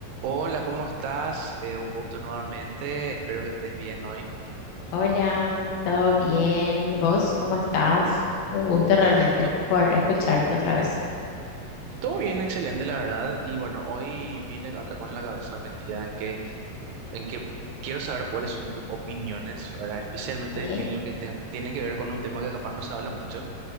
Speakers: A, on the right; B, on the left.
A: Hola, ¿cómo estás? Eh, un gusto nuevamente. Espero que estés bien hoy.
B: Hola, ¿todo bien? ¿Y vos cómo estás? Un gusto realmente
A: To-
B: poder escucharte
A: to-
B: otra vez.
A: Todo bien, excelente, la verdad. Y bueno, hoy vine acá con la cabeza metida en que, en que quiero saber cuáles son tus opiniones, ¿verdad? Especialmente
B: ¿Eh?
A: en lo que te- tiene que ver con un tema que capaz no se habla mucho,